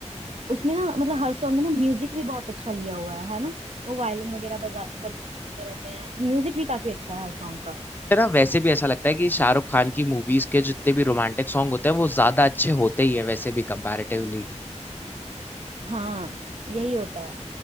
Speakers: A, on the right; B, on the left.
A: उसमें ना मतलब हर सॉन्ग में ना म्यूजिक भी बहुत अच्छा लिया हुआ है है ना वो वायलिन वगैरह बजा बजते रहते हैं म्यूजिक भी काफी अच्छा है हर सॉन्ग का
B: है ना वैसे भी ऐसा लगता है कि शाहरुख खान की मूवीज के जितने भी रोमांटिक सॉन्ग होते हैं वो ज्यादा अच्छे होते ही है वैसे भी कंपैरेटिवली
A: हाँ यही होता है